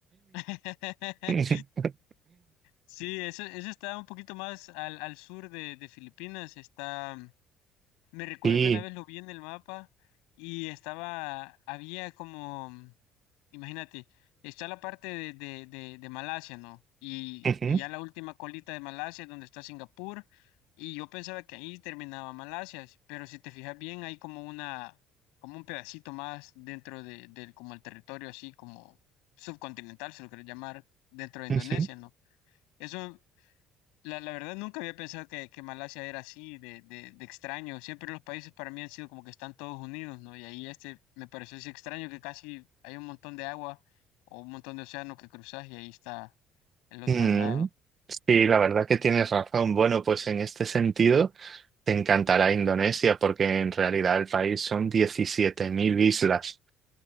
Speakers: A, on the left; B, on the right.
A: <laughs>
B: <laughs>
A: Sí, eso, eso está un poquito más al, al sur de, de Filipinas, está Me recuerdo
B: Sí.
A: que una vez lo vi en el mapa y estaba, había como, imagínate, está la parte de, de, de, de Malasia, ¿no? Y,
B: Ujú,
A: y ya la última colita de Malasia es donde está Singapur y yo pensaba que ahí terminaba Malasia, pero si te fijas bien hay como una, como un pedacito más dentro de, del, como el territorio así como subcontinental, se lo quiero llamar, dentro de Indonesia,
B: ujú.
A: ¿no? Eso la, la verdad, nunca había pensado que, que Malasia era así, de, de, de extraño. Siempre los países para mí han sido como que están todos unidos, ¿no? Y ahí este me pareció así extraño que casi hay un montón de agua o un montón de océano que cruzas y ahí está el otro
B: Mm,
A: lado.
B: Sí, la verdad que tienes razón. Bueno, pues en este sentido te encantará Indonesia porque en realidad el país son 17.000 islas.